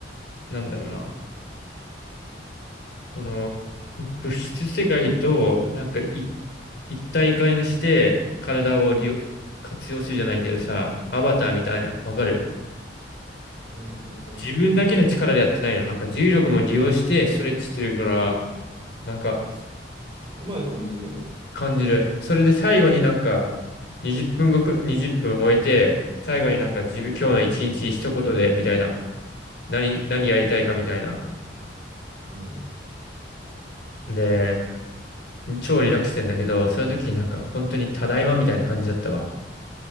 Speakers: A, on the left; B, on the right.
A: なんだろうな。その、物質世界と、なんかい、一体化にして、体を利用、活用するじゃないけどさ、アバターみたいな、わかる
B: うん。うん。うん
A: 自分だけの力でやってないの。なんか重力も利用してストレッチしてるから、なんか
B: あそ、そこまで感じるの。
A: 感じる。それで最後になんか、20分ごくらい、分終えて、最後になんか自分、今日の一日一言で、みたいな。何、何やりたいかみたいな。
B: うん。
A: で、超リラックスしてんだけど、その時なんか本当にただいまみたいな感じだったわ。